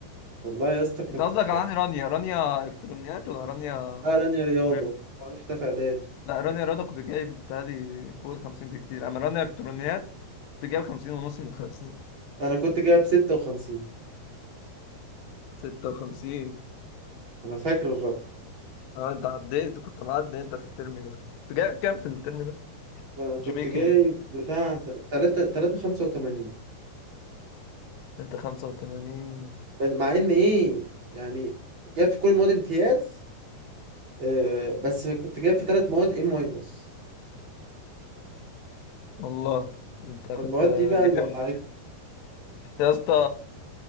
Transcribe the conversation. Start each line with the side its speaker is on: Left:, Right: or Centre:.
Right: والله يا اسطى كنت
Left: انت قصدك عن رانيا رانيا الكترونيات ولا رانيا
Right: لا رانيا رياضة
Left: رياضة
Right: وأنا في في إعدادي
Left: لا رانيا رياضة كنت جايب بتهيألي فوق الخمسين بكتير اما رانيا الكترونيات كنت جايب خمسين ونص من خمسين
Right: أنا كنت جايب ستة وخمسين
Left: ستة وخمسين
Right: أنا فاكر الرقم
Left: اه انت عديت كنت معدي انت في الترم ده كنت جايب كام في الترم ده
Right: أنا كنت
Left: جي بي إيه
Right: جايب
Left: كام
Right: بتاع تلاتة تلاتة خمسة وتمانين
Left: تلاتة خمسة وتمانين
Right: مع إن إيه يعني جايب في كل المواد امتياز آه بس كنت جايب في تلات مواد إيه ماينس
Left: والله ده انت كنت
Right: فالمواد دي بقى
Left: جامد
Right: اللي وقعت
Left: يا اسطى